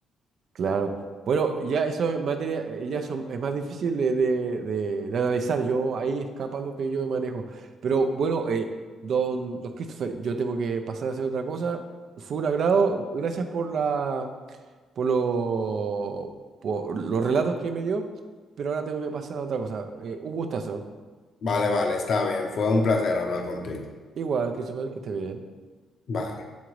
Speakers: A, on the right; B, on the left.
A: Claro. Bueno, ya eso es materia, eh, ya son, es más difícil de, de- de- de analizar. Yo ahí escapa lo que yo manejo. Pero bueno, eh, don, don Christopher, yo tengo que pasar a hacer otra cosa. Fue un agrado. Gracias por la, por lo, por los relatos que me dio. Pero ahora tengo que pasar a otra cosa. Eh, un gustazo.
B: Vale, vale, está bien. Fue un placer hablar contigo.
A: Igual, Christopher, que esté bien.
B: Vale.